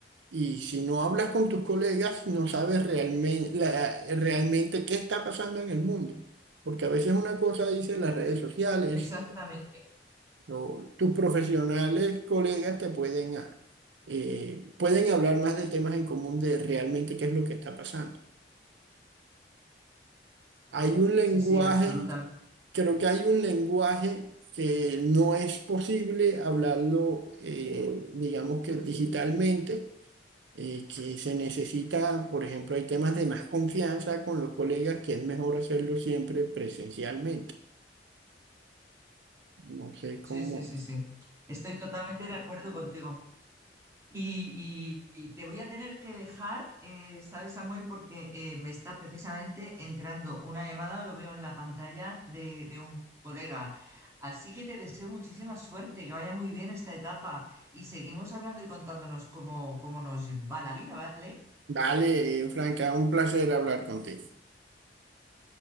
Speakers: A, on the right; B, on the right.
A: Y si no hablas con tus colegas, no sabes realmente, realmente qué está pasando en el mundo. Porque a veces una cosa dice las redes sociales,
B: Exactamente.
A: o tus profesionales, colegas te pueden, ah, eh, pueden hablar más de temas en común de realmente qué es lo que está pasando. Hay un lenguaje,
B: Sí, sí, absolutamente.
A: creo que hay un lenguaje que no es posible hablarlo, eh, digamos que digitalmente, eh, que se necesita, por ejemplo, hay temas de más confianza con los colegas que es mejor hacerlo siempre presencialmente. No sé cómo.
B: Sí, sí, sí, sí. Estoy totalmente de acuerdo contigo. Y, y- y te voy a tener que dejar, eh, ¿sabes, Samuel? Porque eh, me está precisamente entrando una llamada, lo veo en la pantalla de, de un colega. Así que te deseo muchísima suerte, que vaya muy bien esta etapa y seguimos hablando y contándonos cómo, cómo nos va la vida, ¿vale?
A: Vale, eh, Franca, un placer hablar contigo.